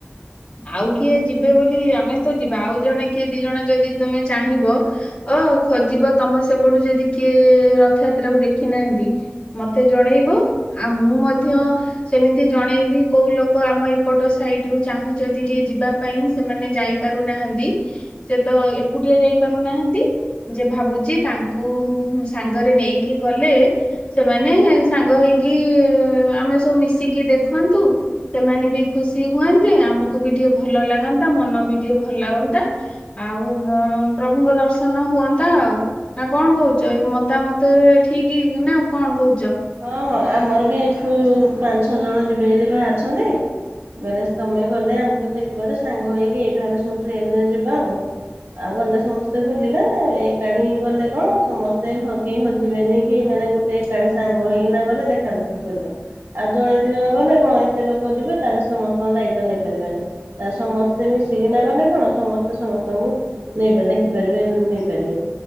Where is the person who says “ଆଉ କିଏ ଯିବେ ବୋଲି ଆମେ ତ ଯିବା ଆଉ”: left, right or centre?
Left